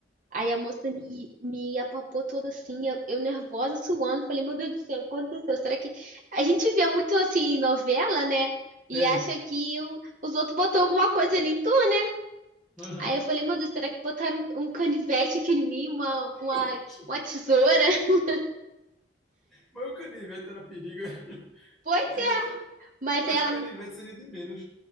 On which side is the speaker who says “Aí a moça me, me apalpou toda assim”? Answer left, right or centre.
Right